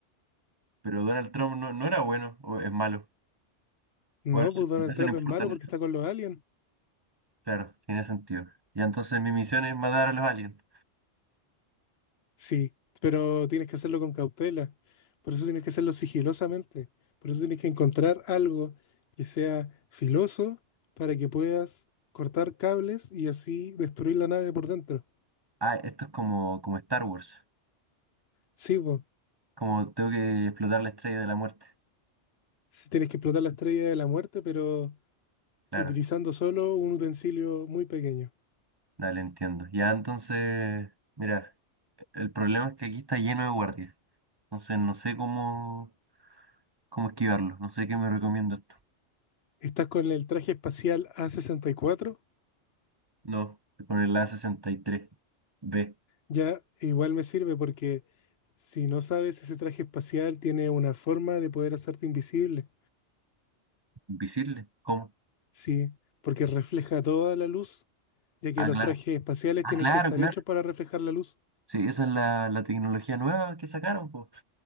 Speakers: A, on the right; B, on the left.
A: Pero Donald Trump no, no era bueno, o es malo.
B: No,
A: Bueno,
B: pues Donald
A: eso, eso
B: Trump
A: no importa.
B: es malo
A: ¿no?
B: porque está con los aliens.
A: Claro, tiene sentido. Y entonces mi misión es matar a los aliens.
B: Sí, pero tienes que hacerlo con cautela. Por eso tienes que hacerlo sigilosamente. Por eso tienes que encontrar algo que sea filoso para que puedas cortar cables y así destruir la nave por dentro.
A: Ah, esto es como, como Star Wars.
B: Sí, pues,
A: Como tengo que explotar la estrella de la muerte.
B: sí tienes que explotar la estrella de la muerte, pero
A: Claro,
B: utilizando solo un utensilio muy pequeño.
A: dale, entiendo. Ya entonces, mira, el problema es que aquí está lleno de guardias. Entonces no sé cómo, cómo esquivarlo. No sé qué me recomienda esto.
B: Estás con el traje espacial A64,
A: No, con el a sesenta y tres B.
B: ya igual me sirve porque si no sabes, ese traje espacial tiene una forma de poder hacerte invisible.
A: Invisible. ¿Cómo?
B: Sí, porque refleja toda la luz, ya que
A: Ah,
B: los
A: claro.
B: trajes espaciales
A: Ah,
B: tienen
A: claro,
B: que estar
A: claro.
B: hechos para reflejar la luz.
A: Sí, esa es la, la tecnología nueva que sacaron, po.